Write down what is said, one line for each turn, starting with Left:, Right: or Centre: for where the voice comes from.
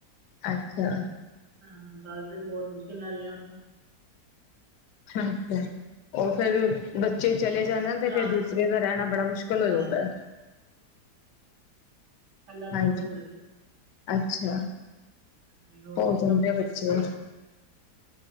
Left: ਅੱਛਾ।
Right: ਹਾਂ, ਦਸ ਦਿਨ ਬਹੁਤ ਮੁਸ਼ਕਿਲ ਨਾ ਰਿਹਾ ਉੱਥੇ।
Left: ਅੱਛਾ-ਅੱਛਾ। ਉਹ ਫੇਰ ਬੱਚੇ ਚਲੇ ਜਾਂਦੇ ਤੇ,
Right: ਉਦਾਸ
Left: ਫੇਰ ਦੂਸਰੇ
Right: ਹੋ ਗਿਆ
Left: ਦਾ
Right: ਹਾਂ
Left: ਰਹਿਣਾ ਬੜਾ ਮੁਸ਼ਕਿਲ
Right: ਉਦਾਸ
Left: ਹੋ ਜਾਂਦਾ।
Right: ਗਿਆ ਕੱਲਾ
Left: ਹਾਂਜੀ,
Right: ਬੋਰ ਹੋ ਗਿਆ ਸੀ
Left: ਅੱਛਾ।
Right: ਹਾਂਜੀ ਹੋਰ
Left: ਹੋ
Right: ਮੌਸਮ
Left: ਜਾਂਦੇ
Right: ਕਿੱਦਾਂ
Left: ਆ ਬੱਚੇ।